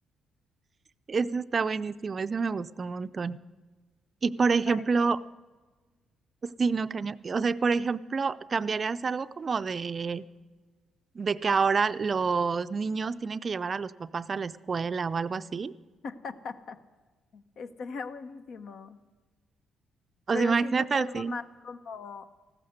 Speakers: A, on the right; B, on the left.
A: ese está buenísimo, ese me gustó un montón. Y por ejemplo,
B: Ay, no.
A: Sí, no, cañón. O sea, y por ejemplo, ¿cambiarías algo como de, de que ahora los niños tienen que llevar a los papás a la escuela o algo así?
B: <laughs> Estaría buenísimo.
A: O
B: Pero
A: sea, imagínate
B: siento que
A: así.
B: algo más como,